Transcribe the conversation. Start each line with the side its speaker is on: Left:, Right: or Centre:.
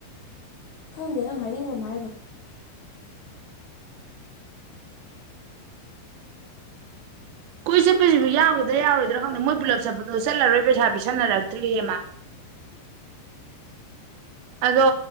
Left: ꯈꯪꯗꯦ ꯅꯪ ꯍꯥꯏꯅꯤꯡꯕ ꯑꯃ ꯍꯥꯏꯕ꯭ꯔꯣ
Right: ꯀꯣꯏ ꯆꯠꯄꯁꯤꯕꯨ ꯌꯥꯎꯈꯤꯗ꯭ꯔꯥ ꯌꯥꯔꯣꯏꯗ꯭ꯔꯥ ꯈꯪꯗꯦ ꯃꯣꯏ ꯄꯨꯂꯞ ꯆꯠꯄꯗꯣ ꯆꯠꯂꯔꯣꯏ ꯄꯩꯁꯥ ꯄ ꯁꯥꯟꯅꯔꯛꯇ꯭ꯔꯔꯤꯃ ꯑꯗꯣ